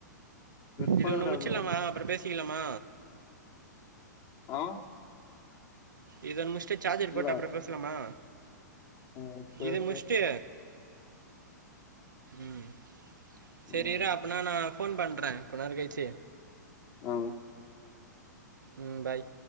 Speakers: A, on the left; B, on the right.
A: வெறுப்பாகுதுடா
B: இது ஒண்ணு முச்சிர்லாமா
A: அது வேற
B: அப்பறோ பேசிக்கலாமா
A: ஆ
B: இது ஒன்னு முடிச்ட்டு சார்ஜர்
A: இல்ல
B: போட்டு அப்பறோ பேசலாமா
A: ம் சேர்
B: இது முடிச்ட்டு
A: சேர்
B: ம் செரி
A: ம்
B: இர்ரா அப்பனா நா ஃபோன் பண்றே கொஞ் நேரோ கழிச்சி
A: ஆ
B: ம் பாய்